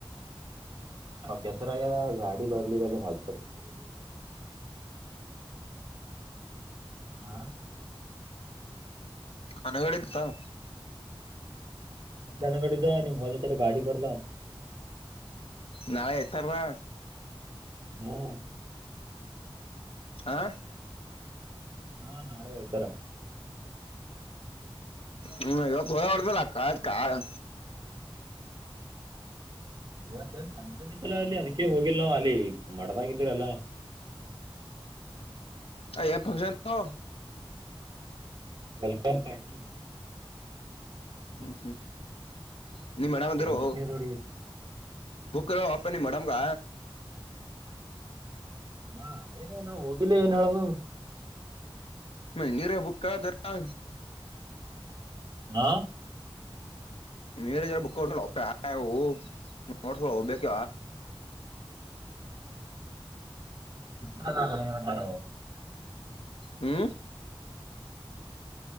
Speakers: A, on the right; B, on the left.
A: ಕೆಸರಲ್ಲ ಗಾಡಿ ಬರ್ಲಿ ಅ ಹೊಲ್ ಕ <unintelligible> ಹಾ
B: ಅನಗಡೆತ್ತ <inaudible>
A: ನ ಅನಗಡಿದ್ದ ನಿವ್ ಹೊಲ <inaudible> ಬರ್ಲಾ
B: ನಾಳೆ ಎತಾರವಾ <inaudible>
A: ಹ್ಮ್ <inaudible>
B: ಆ <inaudible> ಅ <inaudible>
A: ಹಾ ನಾಳೆ ಆಯ್ತಾರ
B: ಹ್ಮಗ ಪ ಒಬೇಕಕ್ಕತ್ ಕ <inaudible>
A: ಇವಫಕ್ಷನ್ ಇತ್ತ ಅಲ್ಲಿ ಅದಕ್ಕೆ ಹೋಗಿಲ್ ನಾವ್ ಅಲ್ಲಿ <inaudible> ಮಾಡಡದಾಗಿದ್ದೀರಲ್ಲ <inaudible>
B: ಅನ್ ಫಂಕ್ಷನ್ <inaudible>
A: ವೆಲ್ಕಮ ಪಾರ್ಟಿ <inaudible>
B: ಹ್ಮ್ ಹ್ಮ್ <inaudible> ಅಂದಿರು
A: ಎಂಟನೇದಗತ್ತು <inaudible>
B: ಬುಕ್ ಒೆ ನೀ ಮಡಾಮ ಕ <inaudible>
A: ಹಾ ಅದೇ ನಾವ್ ಹೋಗಿಲ್ಲ ಏನ್ ಹೇಳದು <inaudible>
B: ಮ ನೀರ ಬುಕ್ಕಾದರಾ
A: ಹಾ
B: ನೀರರ ಬುಕ್ ಒಪ್ಪ್ಯವು ನೀ ನೋಡ್ಸ್ ಹೋಗ್ಬೇಕ
A: ಹ ಬರ
B: ಹ್ಮ